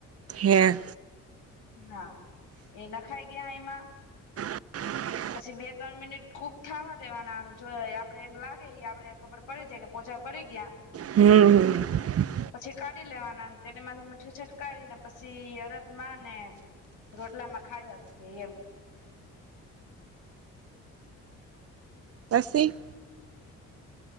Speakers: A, on the right (about 50°); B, on the left (about 90°).
A: હે?
B: હા એ નખાઈ ગયા એમાં
A: <unintelligible>
B: પછી બે ત્રણ મિનિટ કુક થવા દેવાના. અને જો આપડે એમ લાગે એ આપડે ખબર પડી જાય કે પોચા પડી ગયા.
A: હમ હમ.
B: પછી કાઢી લેવાના ને તેને માથે મીઠું છટકાવીને પછી અરદમાં ને ને રોટલામાં ખાઈ હકીએ એમ.
A: પસી?
B: <inaudible>